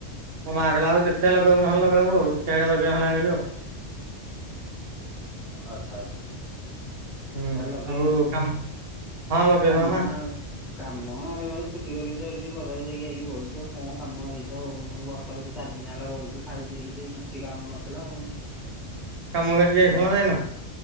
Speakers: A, on the right; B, in the centre.
A: ମୋ ମା କହିଲା ହଉ ଦେଖିଆ ଲଗେଇବୁ ନହନେ ଲଗେଇବୁ ଆଉ ଦେଖିବା ଲଗେଇବା ହେଲେ ଆଣିବୁ ଆଉ।
B: ଆଛା ଆଛା
A: ହୁଁ
B: ତାହେଲେ ଲଗେଇଦେ।
A: ଆଉ କାମ ହଁ ଲଗେଇଦବା
B: କାମ ନା ଆଉ କାମ ଏ ଛୁଟି କରିକି ତ ଏଠି ବଜାରକୁ ଯାଇକି ଆଇକି ବଇଚୁ ଆଉ କଁ କାମ ଏଇତ ଆଉ ବର୍ଷାକୁ ଯି ଚାରି ଦିନ ହେଲା ବଇଚୁ ଖାଇ ପିଇକି କିଛି କାମ ନ ଥିଲା ଆଉ
A: କାମକୁ ଆଜି ଯାଇଥିଲ
B: କଁ
A: ନା ଯାଇନ?